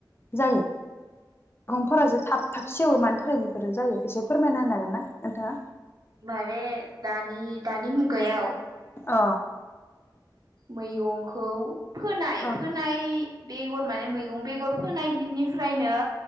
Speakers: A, on the left (about 30°); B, on the right (about 55°).
A: जायो आंफोरासो थाब थाब सेवो मानि थाखाय बेफोरो जायो एसे फोरमायना होनो हागोन ना नोंथाङा
B: मारे दानि दानि मुगायाव
A: अ
B: मैगंखौ फोनाय
A: अ
B: फोनाय बेगर माने मैगं बेगर फोनाय दिननिफ्रायनो